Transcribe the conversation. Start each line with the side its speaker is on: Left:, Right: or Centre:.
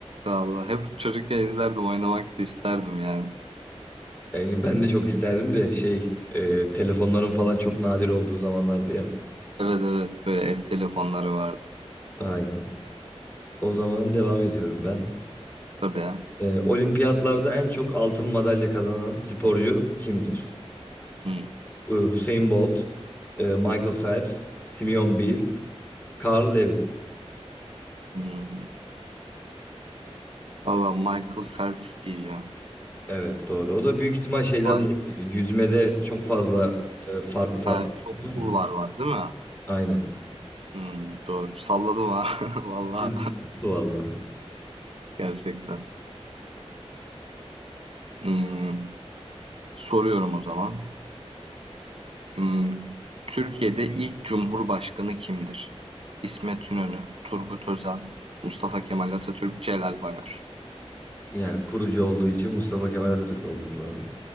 Right: Vallahi hep çocukken izlerdim. Oynamak da isterdim yani.
Left: E, ben de çok isterdim de şey e, telefonların falan çok nadir olduğu zamanlardı ya.
Right: Evet evet. Böyle ev telefonları vardı.
Left: Aynen. O zaman devam ediyorum ben.
Right: Tabii ya.
Left: Ee, olimpiyatlarda en çok altın madalya kazanan sporcu kimdir?
Right: Hı,
Left: Ee, Hüseyin Bolt, e, Michael Phelps, Simeon Biles, Carl Lewis.
Right: hı. Valla Michael Phelps diyeceğim.
Left: Evet doğru. O da büyük ihtimal şeyden
Right: Vay
Left: dolayı.
Right: be.
Left: geliyor. Yüzmede çok fazla
Right: Hı hı.
Left: e, farklı farklı
Right: Ha, çok
Left: var
Right: cool
Left: ya.
Right: var var değil mi?
Left: Aynen.
Right: Hmm, doğru. Salladım ha. <laughs> Vallahi
Left: Hızlı tuttu Valla.
Right: gerçekten. Hmm, soruyorum o zaman. Hmm, Türkiye'de ilk Cumhurbaşkanı kimdir? İsmet İnönü, Turgut Özal, Mustafa Kemal Atatürk, Celal Bayar.
Left: Yani kurucu olduğu için Mustafa Kemal Atatürk olması lazım.